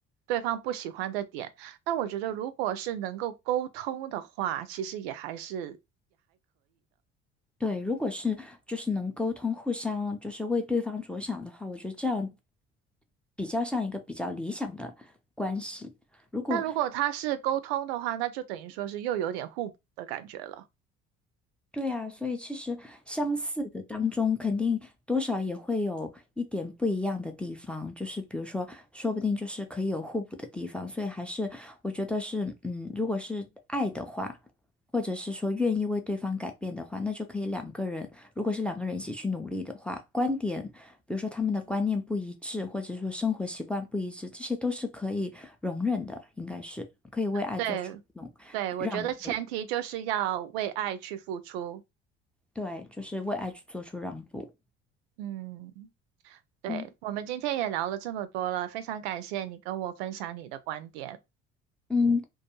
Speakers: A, on the right; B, in the centre.
A: 对方不喜欢的点，那我觉得如果是能够沟通的话，其实也还是，
B: 对，如果是就是能沟通，互相就是为对方着想的话，我觉得这样比较像一个比较理想的关系。如果
A: 但如果他是沟通的话，那就等于说是又有点互补的感觉了。
B: 对啊，所以其实相似的当中，肯定多少也会有一点不一样的地方，就是比如说，说不定就是可以有互补的地方，所以还是我觉得是，嗯，如果是爱的话，或者是说愿意为对方改变的话，那就可以两个人，如果是两个人一起去努力的话，观点，比如说他们的观念不一致，或者说生活习惯不一致，这些都是可以容忍的，应该是可以为爱做出那种让步，
A: 对，对，我觉得前提就是要为爱去付出。
B: 对，就是为爱去做出让步。
A: 嗯，对，
B: 嗯
A: 我们今天也聊了这么多了，非常感谢你跟我分享你的观点。
B: 嗯，